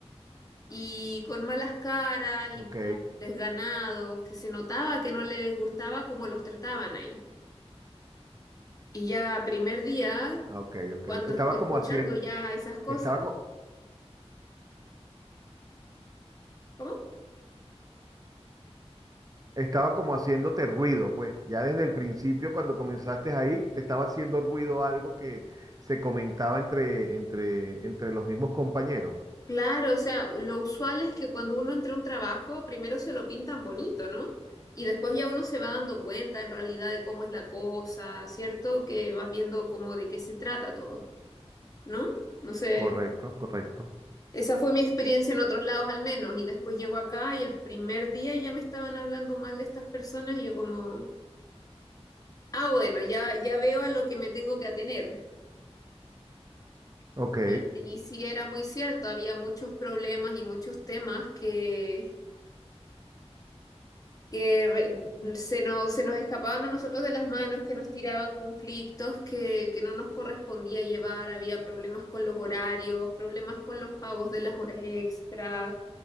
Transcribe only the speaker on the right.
Ok,
ah, ok, ok.
Estaba
como haciendo,
estaba, co-
estaba como haciéndote ruido, pues. Ya desde el principio, cuando comenzaste ahí, te estaba haciendo ruido algo que se comentaba entre, entre, entre los mismos compañeros.
Correcto, correcto.
Ok.